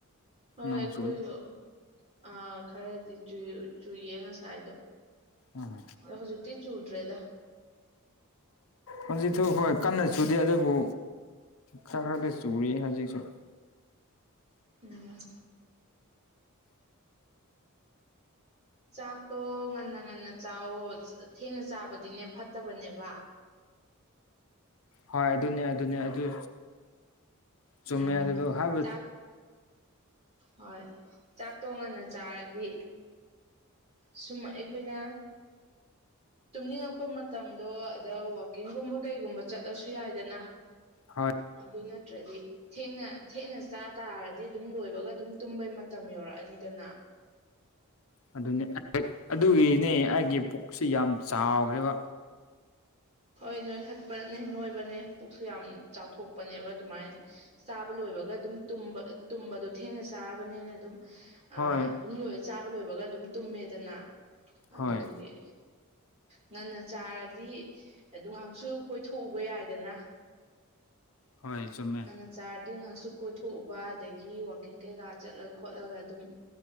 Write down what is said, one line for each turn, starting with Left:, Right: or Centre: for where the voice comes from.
Right: ꯍꯣꯏ
Left: ꯅꯣꯡ
Right: ꯑꯩꯈꯣꯏꯁꯨ
Left: ꯆꯨ
Right: ꯑ ꯈꯔꯗꯤ ꯆꯨ ꯆꯨꯌꯦ ꯉꯁꯥꯏꯗꯣ
Left: ꯎꯝ
Right: ꯍꯧꯖꯤꯛꯇꯤ ꯆꯨꯗ꯭ꯔꯦꯗ
Left: ꯍꯧꯖꯤꯛꯁꯨ ꯍꯣꯏ ꯀꯟꯅ ꯆꯨꯗꯦ ꯑꯗꯨꯕꯨ ꯈꯔꯘꯤ ꯆꯨꯔꯤ ꯍꯧꯖꯤꯛꯁꯨ
Right: ꯎꯝ ꯆꯥꯛꯇꯣ ꯉꯟꯅ ꯉꯟꯅ ꯆꯥꯎꯋꯣ ꯊꯦꯡꯅ ꯆꯥꯕꯗꯤꯅꯦ ꯐꯠꯇꯕꯅꯦꯕ
Left: ꯍꯣꯏ ꯑꯗꯨꯅꯤ ꯑꯗꯨꯅꯤ ꯑꯗꯨ ꯆꯨꯝꯃꯦ
Right: ꯎꯝ
Left: ꯑꯗꯨꯗꯣ ꯍꯥꯏꯕ
Right: ꯆꯥꯛ ꯍꯣꯏ ꯆꯥꯛꯇꯣ ꯉꯟꯅ ꯆꯥꯔꯗꯤ ꯁꯨꯝ ꯑꯩꯈꯣꯏꯅ <unintelligible> ꯇꯨꯝꯅꯤꯡꯉꯛꯄ ꯃꯇꯝꯗꯣ ꯑꯗ ꯋꯥꯛꯀꯤꯡꯒꯨꯝꯕ ꯀꯩꯒꯨꯝꯕ ꯆꯠꯂꯁꯨ ꯌꯥꯏꯗꯅ
Left: ꯍꯣꯏ
Right: ꯑꯗꯨ ꯅꯠꯇ꯭ꯔꯗꯤ ꯊꯦꯡꯅ ꯊꯦꯡꯅ ꯆꯥ ꯇꯥꯔꯗꯤ ꯑꯗꯨꯝ ꯂꯣꯏꯕꯒ ꯑꯗꯨꯝ ꯇꯨꯝꯕꯩ ꯃꯇꯝ ꯌꯧꯔꯛꯑꯅꯤꯗꯅ
Left: ꯑꯗꯨꯅꯤ ꯑꯗꯨꯒꯤꯅꯦ ꯑꯩꯒꯤ ꯄꯨꯛꯁꯤ ꯌꯥꯝ ꯆꯥꯎꯈ꯭ꯔꯦꯕ
Right: ꯍꯣꯏ ꯅꯣꯏꯈꯠꯄꯅꯦ ꯅꯣꯏꯕꯅꯦ ꯄꯨꯛꯁꯨ ꯌꯥꯝ ꯆꯥꯎꯊꯣꯛꯄꯅꯦꯕ ꯑꯗꯨꯃꯥꯏꯅ ꯆꯥꯕ ꯂꯣꯏꯕꯒ ꯑꯗꯨꯝ ꯇꯨꯝꯕꯗꯣ ꯊꯦꯡꯅ ꯆꯥꯔꯕꯅꯤꯅ ꯑꯗꯨꯝ ꯑ
Left: ꯍꯣꯏ
Right: ꯑꯗꯨꯝ ꯂꯣꯏ ꯆꯥꯕ ꯂꯣꯏꯕꯒ ꯑꯗꯨꯝ ꯇꯨꯝꯃꯦꯗꯅ ꯑꯗꯨꯗꯨꯒꯤ
Left: ꯍꯣꯏ
Right: ꯉꯟꯅ ꯆꯥꯔꯗꯤ ꯑꯗꯨ ꯉꯥꯏꯍꯥꯛꯁꯨ ꯀꯣꯏꯊꯣꯛꯎꯕ ꯌꯥꯏꯗꯅ
Left: ꯍꯣꯏ ꯆꯨꯝꯃꯦ
Right: ꯉꯟꯅ ꯆꯥꯔꯗꯤ ꯉꯥꯏꯍꯥꯛꯁꯨ ꯀꯣꯏꯊꯣꯛꯎꯕ ꯑꯗꯒꯤ ꯋꯥꯛꯀꯤꯡ ꯀꯩꯀꯥ ꯆꯠꯂ ꯈꯣꯠꯂꯒ ꯑꯗꯨꯝ